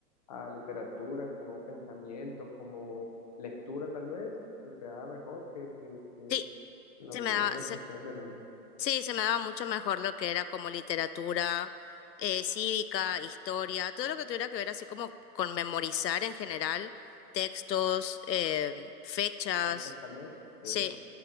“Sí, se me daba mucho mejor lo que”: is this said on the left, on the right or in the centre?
Left